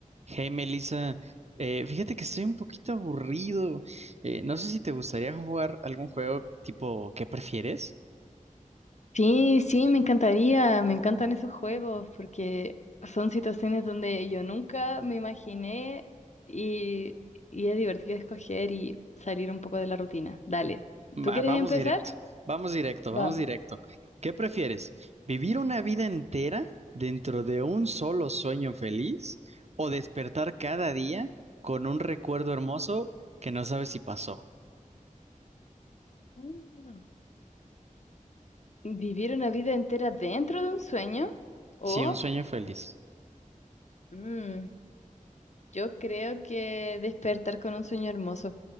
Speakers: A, on the right (about 50°); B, on the left (about 55°).
A: Hey Melissa, eh, fíjate que estoy un poquito aburrido. Eh, no sé si te gustaría jugar algún juego tipo ¿qué prefieres?
B: Sí, sí, me encantaría, me encantan esos juegos porque son situaciones donde yo nunca me imaginé y, y es divertido escoger y salir un poco de la rutina. Dale,
A: Va-
B: ¿tú quieres
A: vamos
B: empezar?
A: directo, vamos directo,
B: Vamos.
A: vamos directo. ¿Qué prefieres? ¿Vivir una vida entera dentro de un solo sueño feliz o despertar cada día con un recuerdo hermoso que no sabes si pasó?
B: Mm. ¿Vivir una vida entera dentro de un sueño o
A: Sí, un sueño feliz.
B: mm, yo creo que despertar con un sueño hermoso?